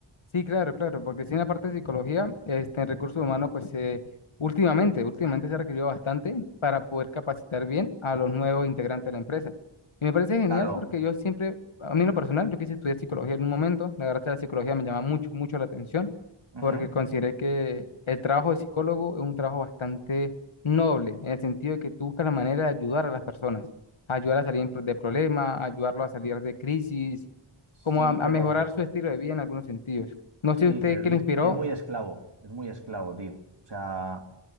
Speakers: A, on the left (about 75°); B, on the right (about 60°).
A: Sí, claro, claro, porque si en la parte de psicología, este, en recursos humanos, pues eh, últimamente, últimamente se ha requerido bastante para poder capacitar bien a los nuevos integrantes de la empresa. Y me parece genial
B: <laughs> Claro.
A: porque yo siempre, a mí en lo personal, yo quise estudiar psicología en un momento, la verdad es que la psicología me llama mucho, mucho la atención,
B: Ujú.
A: porque consideré que el trabajo de psicólogo es un trabajo bastante noble, en el sentido de que tú buscas la manera de ayudar a las personas, ayudar a salir pro- de problemas, ayudarlo a salir de crisis
B: Sí,
A: como a, a
B: pero
A: mejorar su estilo de vida en algunos sentidos. No
B: sí,
A: sé usted
B: pero
A: qué
B: es,
A: lo
B: mu-
A: inspiró.
B: es muy esclavo, es muy esclavo, tío. O sea,